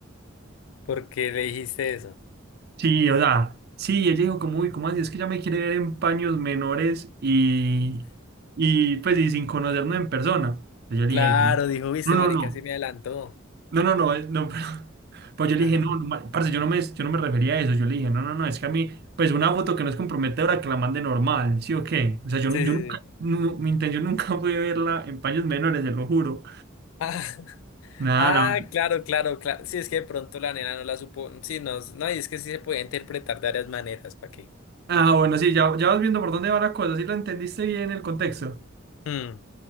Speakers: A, on the left; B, on the right.
A: porque le dijiste eso?
B: sí, o sea, sí, ella dijo como, uy, ¿cómo así? Es que ya me quiere ver en paños menores y, y pues, y sin conocernos en persona. Entonces yo dije,
A: Claro,
B: yo no,
A: dijo, viste,
B: no, no.
A: marica,
B: no.
A: sí me adelantó.
B: No, no, no, eh, no, <laughs> pero pues yo le
A: <laughs>
B: dije, no, no, ma- parce, yo no me, yo no me refería a eso, yo le dije, no, no, no, es que a mí, pues una foto que no es comprometedora, que la mande normal, ¿sí o qué? O sea, yo,
A: Sí,
B: yo
A: sí,
B: nunca,
A: sí.
B: nu- mi intención nunca <laughs> fue verla en paños menores, se lo juro.
A: Ah, <laughs>
B: Nada,
A: ah,
B: la-
A: claro, claro, claro. Sí, es que de pronto la nena no la supo. Sí, no, no, y es que sí se podía interpretar de varias maneras, ¿para qué?
B: ah, bueno, sí, ya, ya vas viendo por dónde va la cosa, sí lo entendiste bien el contexto.
A: Mm,